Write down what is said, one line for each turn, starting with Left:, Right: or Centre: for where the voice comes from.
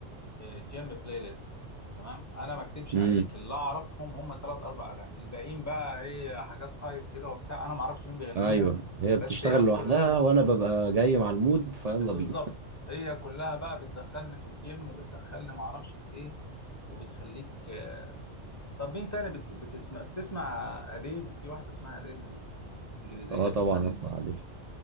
Left: جيم بلاي ليست تمام انا ما اكدبش
Right: امم
Left: عليك اللي اعرفهم هم ثلاث اربع اغاني الباقيين بقى هي حاجات هايب كده وبتاع انا ما اعرفش مين بيغنيها
Right: ايوه هي
Left: بس
Right: بتشتغل
Left: هي
Right: لوحدها
Left: كل
Right: وانا ببقى جاي مع المود فيلا
Left: بالظبط
Right: بينا
Left: هي كلها بقى بتدخلني في الجيم وبتدخلني ما اعرفش في ايه وبتخليك طب مين تاني بت... بتسمع بتسمع أديل في واحدة اسمها أديل
Right: <laughs>
Left: إنجليزية
Right: اه طبعا
Left: بتغني
Right: اسمع عادل